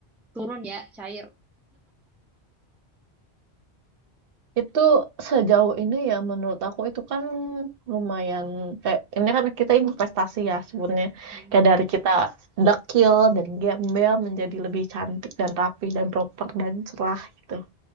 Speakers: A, in the centre; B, on the right (about 65°).
A: turun ya, cair.
B: Itu sejauh ini ya menurut aku itu kan lumayan kayak ini kan kita investasi ya sebenarnya
A: Hmm.
B: kayak dari kita dekil dan gembel menjadi lebih cantik dan rapi dan proper dan cerah gitu.